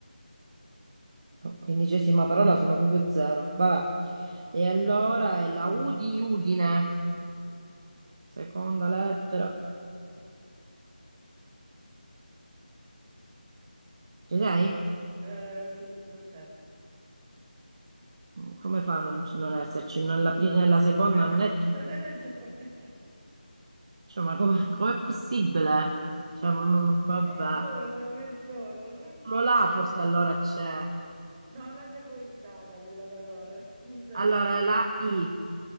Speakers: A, on the right; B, on the right.
A: Quindicesima parola sono proprio zero. Vabbè. E allora è la U di Udine, seconda lettera. Ci sei?
B: Eh, sì, non c'è.
A: Mm, Come fa a non, non esserci? Nella, pri- nella seconda
B: Ah,
A: non è
B: scusa,
A: tu.
B: c'hai ragione.
A: Cioè, ma come, <laughs> com'è possibile? Cioè, ma, ma- ma-
B: Perdono,
A: vabbè.
B: perdono.
A: Solo là forse allora c'è.
B: No, l'avevo evitata quella parola, scusami.
A: Allora la I,